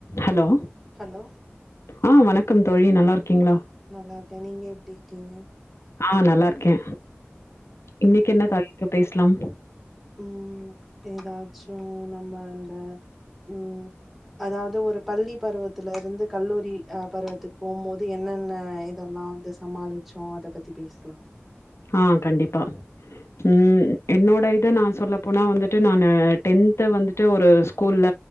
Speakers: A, on the left; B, in the centre.
A: Hello
B: hello
A: ஆ வணக்கம் தோழி நல்லா இருக்கீங்களா
B: நல்லா இருக்கே நீங்க எப்டி இருக்கீங்க
A: ஆ நல்லா இருக்கே இன்னைக்கு என்ன தலைப்பு பேசலாம்
B: ம் ஏதாச்சும் நம்ம இந்த ம் அதாவது ஒரு பள்ளி பருவத்துல இருந்து கல்லூரி அ பருவத்துக்கு போகும்போது என்னென்ன இதெல்லா வந்து சமாளிச்சோம் அத பத்தி பேசலாம்
A: ஆ கண்டிப்பா ம் என்னோட இத நா சொல்ல போனா வந்துட்டு நானு டென்த் வந்துட்டு ஒரு ஸ்கூல்ல